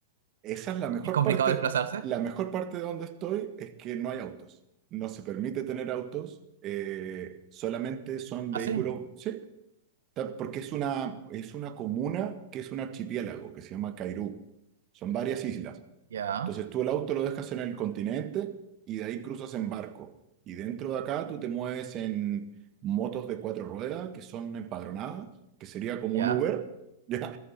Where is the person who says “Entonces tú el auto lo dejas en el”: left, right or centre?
Right